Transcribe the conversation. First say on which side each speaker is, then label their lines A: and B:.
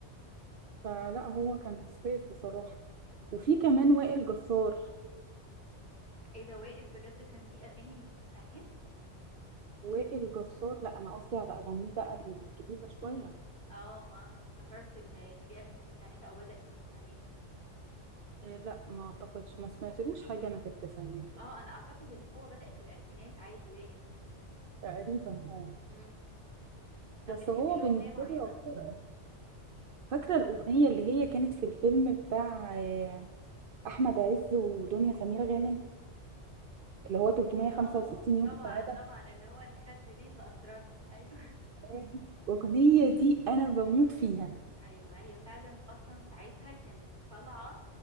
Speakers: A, on the right; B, on the right.
A: فلا هو كان استاذ بصراحه وفي كمان وائل جسار
B: ايه ده وائل بجد كان ليه اغاني من التسعينات
A: وائل جسار لا انا قصدي على اغانيه بقى الجديده شويه
B: اه ما أنا افتكرت ان ان ليه اغاني تسعينات او بدا من التسعينات
A: إيه لا ما اعتقدش ما سمعتلوش حاجه انا في التسعينات
B: اه انا اعتقد ان هو بدا في الالفينات عادي وائل
A: تقريبا اه
B: امم طب
A: بس
B: بتحبي
A: هو
B: له
A: بالنسبه
B: اغنيه معينه
A: لي أكتر- فاكره الاغنيه اللي هي كانت في الفيلم بتاع آه، احمد عز ودنيا سمير غانم اللي هو 365
B: اه
A: يوم
B: طبعا
A: سعاده
B: طبعا اللي هو نخبي ليه في اسرارنا ايوه <laughs>
A: آه، الأغنية دي أنا بموت فيها
B: ايوه هي فعلا اصلا ساعتها كانت طالعه